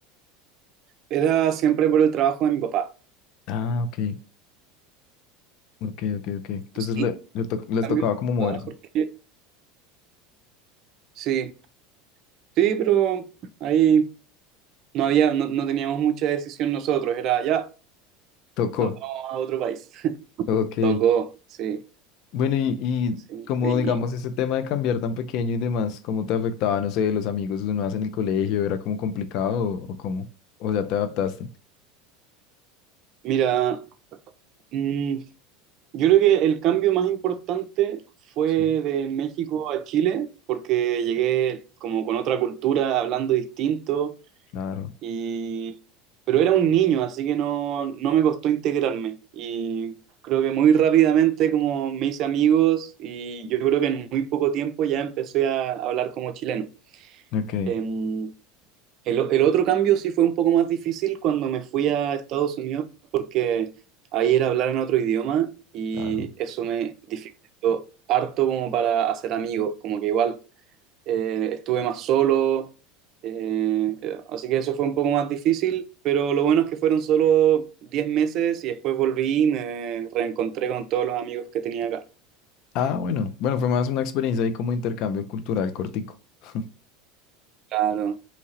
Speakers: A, on the right; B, on the left.
A: Era siempre por el trabajo de mi papá.
B: Ah, ok, ok, ok, ok. Entonces
A: Sí,
B: le, le to- les
A: cambio
B: tocaba
A: de
B: como moverse.
A: ciudad, porque sí, sí, pero ahí no había, no, no teníamos mucha decisión nosotros, era ya,
B: Tocó.
A: nos vamos a otro país. <laughs>
B: Ok.
A: Tocó, sí,
B: Bueno, y, y
A: sí.
B: como
A: Y,
B: digamos
A: y
B: ese tema de cambiar tan pequeño y demás, ¿cómo te afectaba, no sé, los amigos que uno hace en el colegio? ¿Era como complicado o, o cómo? ¿O ya te adaptaste?
A: mira, mm, Yo creo que el cambio más importante fue
B: Sí,
A: de México a Chile, porque llegué como con otra cultura, hablando distinto,
B: Claro.
A: y... pero era un niño, así que no, no me costó integrarme. Y creo que muy rápidamente como me hice amigos y yo creo que en muy poco tiempo ya empecé a hablar como chileno.
B: Ok.
A: Em, el, o- el otro cambio sí fue un poco más difícil cuando me fui a Estados Unidos porque ahí era hablar en otro idioma y
B: claro.
A: eso me dificultó harto como para hacer amigos, como que igual eh, estuve más solo, eh, eh, así que eso fue un poco más difícil, pero lo bueno es que fueron solo 10 meses y después volví y me reencontré con todos los amigos que tenía acá.
B: Ah, bueno. Bueno, fue más una experiencia ahí como intercambio cultural cortico. <laughs>
A: Claro.